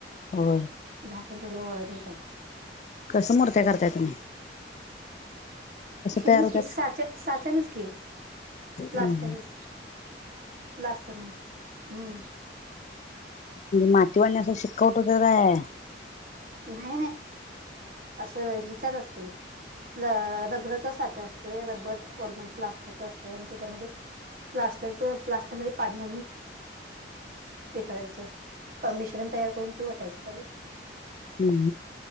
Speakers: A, on the left; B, on the right.
A: होय.
B: झाकून ठेवल्यावर वाळत नाही काही.
A: कसं मूर्त्या करतायतं?
B: हेनच
A: तयार होत्यात?
B: की, साच्या साच्यानंच की. प्लास्टरच.
A: हम्म
B: प्लास्टरनं. हम.
A: मातीवाली असं शिक्कवतो का काय?
B: न्हाई न्हाई, असं ह्याच्यात असतंय. लं र रबराचा साचा अस व्हय रब्बर वरनून प्लास्टरस असतंय आणि त्याच्यामध्ये प्लास्टरचं प्लास्टरमधे पाणी घालून हे करायचं. प मिश्रण तयार करून ते वतायचं त्याज्यात.
A: हम